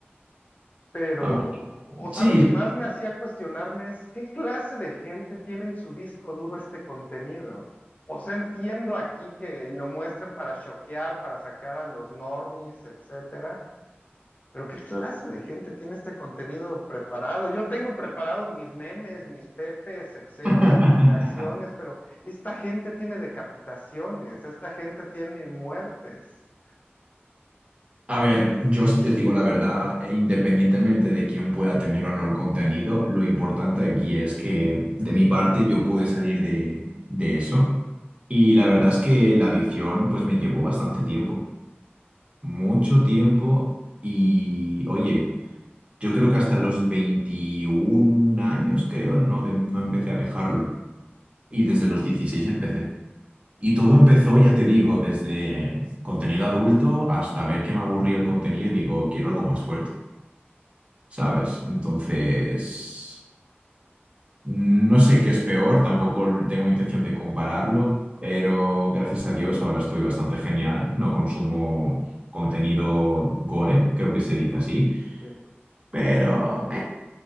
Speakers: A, on the left; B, on the right.
A: Pero,
B: A
A: o sea,
B: Sí,
A: lo que más me hacía cuestionarme es qué clase de gente tiene en su disco duro este contenido. O sea, entiendo aquí que lo muestren para choquear, para sacar a los normies, etcétera pero ¿qué clase de gente tiene este contenido preparado? Yo tengo preparados mis memes, mis pepes, etcétera,
B: <laughs>
A: mis reacciones, pero esta gente tiene decapitaciones, esta gente tiene muertes.
B: A ver, yo si te digo la verdad, e independientemente de quién pueda tener o no el contenido, lo importante aquí es que de mi parte yo pude salir de, de eso. Y la verdad es que la adicción pues me llevó bastante tiempo, mucho tiempo. Y oye, yo creo que hasta los 21 años creo no, de- no empecé a dejarlo. Y desde los 16 empecé. Y todo empezó, ya te digo, desde contenido adulto hasta ver que me aburría el contenido y digo, quiero algo más fuerte, ¿sabes? Entonces, no sé qué es peor, tampoco tengo intención de compararlo, pero gracias a Dios ahora estoy bastante genial, no consumo contenido gore, creo que se dice así,
A: Sí.
B: pero, meh,